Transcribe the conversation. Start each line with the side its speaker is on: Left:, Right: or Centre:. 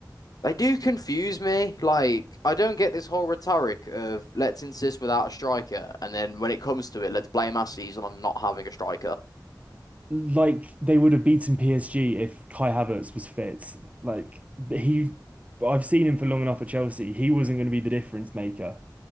Left: They do confuse me. Like, I don't get this whole rhetoric of let's insist without a striker, and then when it comes to it, let's blame our season on not having a striker.
Right: like they would have beaten PSG if Kai Havertz was fit. Like he, I've seen him for long enough at Chelsea. He wasn't going to be the difference maker.